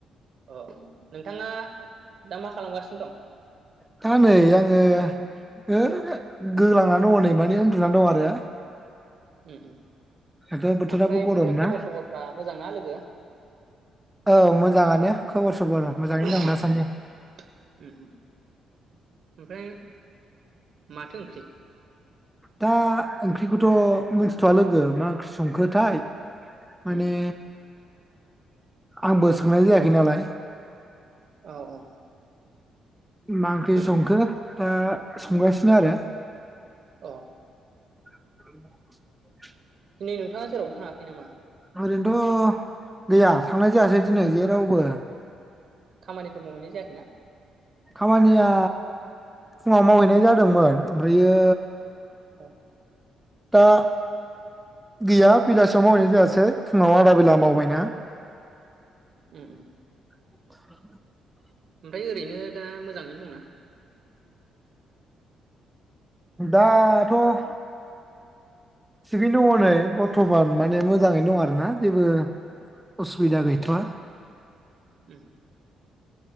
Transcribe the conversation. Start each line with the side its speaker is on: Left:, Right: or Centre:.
Right: अ नोंथाङा दा मा खालामगासिनो दं?
Centre: दा नै आङो ओनो गोलांनानै दङ नै माने उन्दुनानै दं आरो
Right: उम उम
Centre: दाथ' बोथोराबो
Right: ओमफ्राय बिदिनो
Centre: गरम ना
Right: खबर सबरफ्रा मोजां ना लोगो
Centre: औ मोजाङानो खबर सबर मोजाङैनो
Right: ओ ओ
Centre: दं दासान्दि
Right: ओमफ्राय माथो ओंख्रि?
Centre: दा ओंख्रिखौथ' मिथिथ'आ लोगो मा ओंख्रि संखोथाय माने
Right: उम
Centre: आंबो सोंनाय जायाखै नालाय
Right: औ औ
Centre: मा ओंख्रि संखो?
Right: अ
Centre: दा संगासिनो आरो
Right: अ।
Centre: <inaudible>
Right: दिनै नोंथाङा जेरावबो थाङाखै नामा?
Centre: ओरैनोथ' गैया थांनाय जायासै दिनै जेरावबो।
Right: खामानिफोर मावहैनाय जायाखैना?
Centre: खामानिया फुङाव मावहैनाय जादोंमोन ओमफ्रायो
Right: <unintelligible>
Centre: दा गैया बेलासियाव मावैनाय जायासै फुङाव आदा बेला मावबायना।
Right: उम उम।
Centre: <inaudible>
Right: ओमफ्राय ओरैनो दा मोजाङैनो दंना?
Centre: दा थ' थिगैनो दङ नै बरथमान माने मोजाङै दं आरोना जेबो असुबिदा गैथ'वा।
Right: उम।